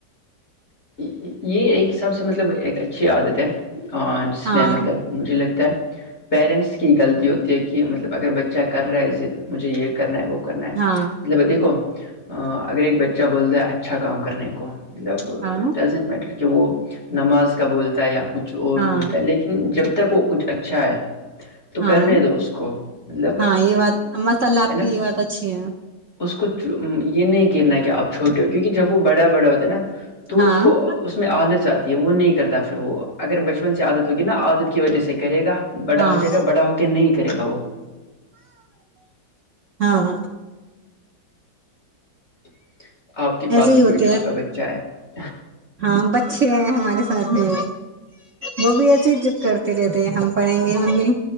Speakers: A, on the left; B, on the right.
A: یہ ایک حساب سے مطلب ایک اچھی عادت ہے <unintelligible> اور جس
B: ہاں
A: میں مطلب مجھے لگتا <unintelligible> پیرنٹس کی غلطی ہوتی ہے کہ مطلب اگر بچہ کر رہا ہے زد مجھے یہ کرنا ہے وہ <unintelligible> کرنا ہے
B: ہاں
A: مطلب دیک کوو <unintelligible> ا اگر ایک بچہ بولتا ہے اچھا کام کرنے کو <unintelligible> ملب
B: ہاں
A: <unintelligible> زینٹ میٹر کہ وہ نماز کا بولتا ہے یاپ <unintelligible> کچھ اور
B: ہاں
A: بولتا ہے لیکن جب <unintelligible> تک کچھ اچھا ہے تو
B: ہاں
A: کرنے دو اس کو مطلب
B: ہاں
A: ہے
B: یہ بات ماشاء اللہ آپ
A: نا
B: کی یہ بات اچھی ہے
A: اس کو یہ نہیں کہنا ہے کہ آپ چھوٹے ہو کیونکہ جب وہ بڑے بڑے ہوتے نا تو
B: ہاں
A: اس کو کو اس میں آال <unintelligible> ات وہ نہیں کرتا پھر وہ اگر بچپن سے عادت ہوگی نا عادت کی وجہ سے کرے گا بڑا
B: ہاں
A: ہو جائے گا بڑا ہو کے نہیں کرے گا وہ
B: ہاں
A: <inaudible> آپ کے پاس
B: ایسے
A: بھی
B: ہی
A: کوئی
B: ہوتے
A: چھوٹا
B: ہیں
A: بچہ ہے
B: ہاں بچے ہیں ہمارے ساتھ میں وہ بھی ایسی عزت کرتے رہتے ہیں ہم پڑھیں گے ممی